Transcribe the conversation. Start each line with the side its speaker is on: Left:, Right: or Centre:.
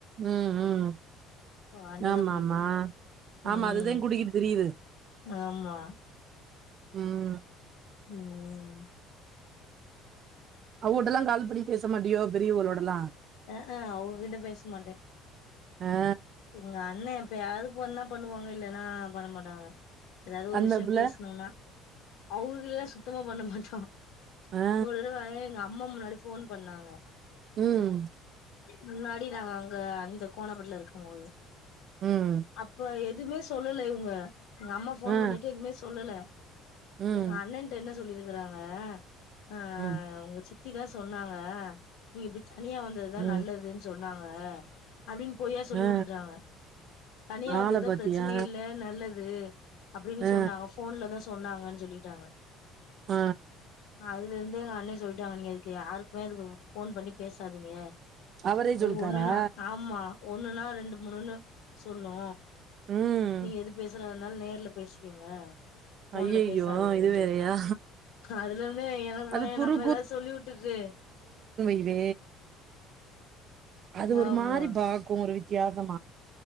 Right: ம் ம்
Left: அண்ணிதா
Right: ஆமாம்மா
Left: கூட்டிட்டு போயிரு ம்
Right: ஆமா அதுதே குடிக்கிர் தெரிது
Left: ஆமா
Right: ம்
Left: ம்
Right: அவுங்குட்டலா கால் பண்ணி பேச மாட்டியோ பெரியவுங்களோடலா
Left: அ ஹ அவுங்கிட்ட பேஸ் மாட்ட
Right: ஆ
Left: இங்க அண்ண ப்பயாது ஃபோன்னா பண்ணுவாங்க இல்லனா பண்ண மாட்டாங்க ஏதாது ஒரு
Right: அந்த
Left: விஷ்ய
Right: புள்ள
Left: பேஸ்ணுனா அவுங்குகியே சுத்தமா பண்ண மாட்டா
Right: ஆ
Left: ஒரு தடவ எங்க அப் அம்ம முன்னடி ஃபோன் பண்ணாங்க
Right: ம்
Left: முன்னாடி நாங்க அங்க அந்த கோணாபட்ல இருக்குமோது
Right: ம்
Left: அப்ப எக் துமே சொல்லல இவ்ங்க எங்க அம்மா ஃபோன்
Right: ஆ
Left: பண்ணிட்டு எதும்மே சொல்லல
Right: ம்
Left: எங்க அண்ணன்ட்ட என்ன சொல்லிருக்குறாங்க அ அ
Right: ம்
Left: உங்க சித் சி தா சொன்னாங்க நீங்க இப்டி தனியா தா
Right: ம்
Left: நல்லதுன் சொ உன்னாங்க அப்டின் பொய்யா சொல்லி
Right: ஆ
Left: குடுத்துடாங்க தனியா வந்தத
Right: ஆள பாத்தியா
Left: ப்ரச்சனே இல்ல நல்லது அப்புடின்னு
Right: ஆ
Left: சொன்னாங்க ஃபோன்லதாஸ் சொன்னாங்கன் சொல்லிட்டாங்க
Right: அ
Left: அதுலேந்தே எங்க அண்ண சொல்ட்டாங்க நீங்க எதுக்கு யாருக்குமே அதுக்கு ஃபோன் பண்ணி பேசாதீங்க
Right: அவரே
Left: அது
Right: சொல்ட்டாரா
Left: ஒன்னுனா ஆமா ஒ ஒன்னுனா ரெண்டு மூணுன்னு சொல்லு
Right: ம்
Left: நீங்க எது பேசுறதா இர்ந்தாலு நேர்ல பேசிக் ஏங்க போன்ல
Right: ஐயையோ
Left: பேசாதீங்கன்
Right: இது
Left: சொல்ட்டா
Right: வேறயா
Left: அதுல இருந்தே எனக்கு
Right: அது
Left: பய
Right: குறு
Left: நம்ம எதாது சொல்லி வுட்டுட்டு
Right: மே அது ஒரு
Left: ஆமா
Right: மாரி பாக்கு ஒரு வித் தியாசமா